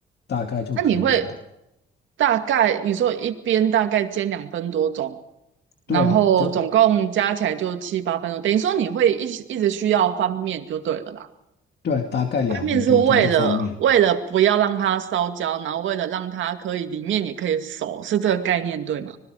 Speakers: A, on the left; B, on the right.
A: 大概就可以了。
B: 那你会大概你说一边大概煎两分多钟，
A: 对啊，
B: 然后总共加起来就七八分钟，
A: 就
B: 等于说你会一直一直需要翻面就对了啦。
A: 对啊，大概两分多钟就翻面。
B: 翻面是为了为了不要让它烧焦，然后为了让它可以里面也可以熟，是这个概念对吗？